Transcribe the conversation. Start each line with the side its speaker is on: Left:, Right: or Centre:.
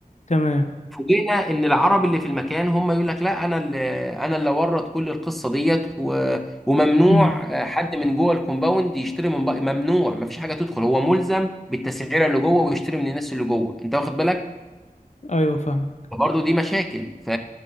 Left: تمام
Centre: فوجئنا ان العرب اللي في المكان هم يقول لك لا انا اللي انا اللي ورط كل القصه ديت و... وممنوع
Left: امم
Centre: آه، حد من جوه الكومباوند يشتري من بقى ممنوع ما فيش حاجه تدخل هو ملزم بالتسعيره اللي جوه ويشتري من الناس اللي جوه انت واخد بالك
Left: ايوه فاهمك
Centre: فبرضه دي مشاكل ف